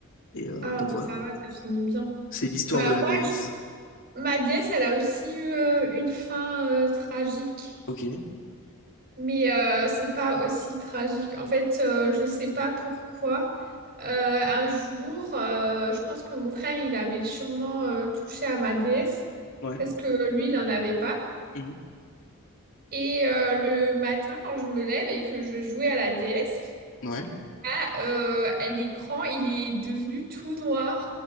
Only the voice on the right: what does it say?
Ah,
bah
ça va, ça finit bien.
Bah
moi, je- ma déesse, elle a aussi eu euh, une fin euh, tragique.
Mais euh, c'est pas aussi tragique. En fait, euh, je sais pas pourquoi. Euh, un jour, euh, je pense que mon frère, il avait sûrement euh, touché à ma déesse.
Parce que lui, il en avait pas.
Et euh, le matin, quand je me lève et que je jouais à la déesse,
ah, euh, l'écran, il est devenu tout noir.